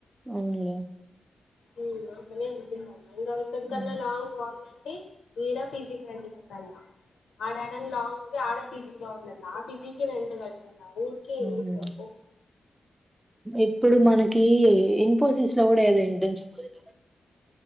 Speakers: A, on the right; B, on the left.
A: అవునులే
B: ఉమ్ అట్లనే ఉంటుందన్న ఇంగ ఇప్పుడ్
A: హ్మ్.
B: కన్నా లాంగ్ పోవాలంటే ఈడ పీజీ రెంట్ కట్టల అడా అది లాంగ్ ఉంది ఆడ పిజిలో ఉండల ఆ పిజికి రెంట్ గంటల్ల ఊరికే
A: అవునా!
B: ఎందుచ్చప్పు
A: ఇప్పుడు మనకి ఇన్ఫోసిస్ లో గుడా ఏదో ఇంటర్న్షిప్ పోయినారంట